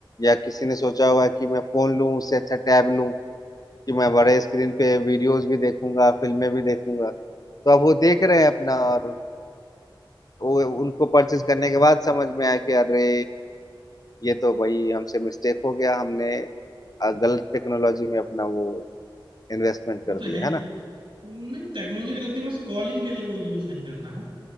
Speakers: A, on the left; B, on the right.
A: या किसी ने सोचा हुआ है कि मैं फोन लूं उससे अच्छा टैब लूं कि मैं बड़े स्क्रीन पे वीडियोस भी देखूंगा फिल्में भी देखूंगा तो अब वो देख रहे हैं अपना और वो उनको परचेज करने के बाद समझ में आया कि अरे ये तो भाई हमसे मिस्टेक हो गया हमने अ, गलत टेक्नोलॉजी में अपना वो इन्वेस्टमेंट
B: वो
A: कर
B: तो है
A: दिया
B: ही
A: है
B: है
A: ना
B: नहीं टेक्नोलॉजी के लिए तो बस कॉलिंग के लिए वो यूज नहीं करना है